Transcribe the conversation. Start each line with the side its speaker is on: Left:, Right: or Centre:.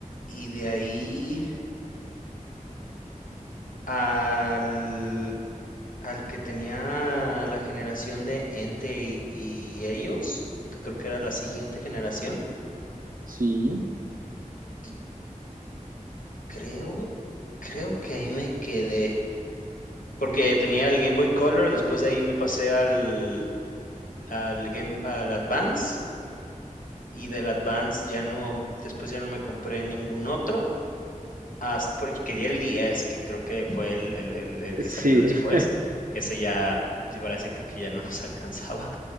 Left: y de ahí al al que tenía la generación de Entei y ellos, que creo que era la siguiente generación.
Right: sí,
Left: Y creo creo que ahí me quedé, porque tenía el Game Boy Color, después de ahí me pasé al, al Game, al Advance, y del Advance ya no, después ya no me compré ningún otro, hasta, porque quería el 10, que creo que fue el, el- el- el que
Right: sí.
Left: salió después,
Right: <laughs>
Left: que ese ya, yo para ese creo que ya no nos <laughs> alcanzaba,